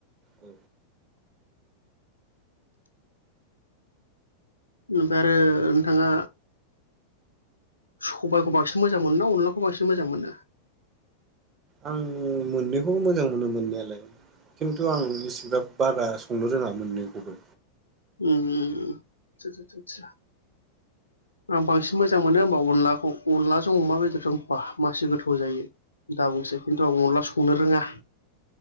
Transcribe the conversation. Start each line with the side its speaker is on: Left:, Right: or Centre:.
Right: औ
Left: ओमफाय आरो नोंथाङा सबायखौ बांसिन मोजां मोनो ना अनलाखौ बांसिन मोजां मोनो?
Right: आंङो मोननैखौबो मोजां मोनो मोननायालाय खिन्थु आं इसेब्राब बारा संनो रोङा मोननैखौबो।
Left: उम उम उम <unintelligible> आं बांसिन मोजां मोनो होमबा अनलाखौ। अनलाजों अमा बेदरजों बाह मासि गोथाव जायो। दा बुंसै किन्तु आं अनला सं संनो रोंङा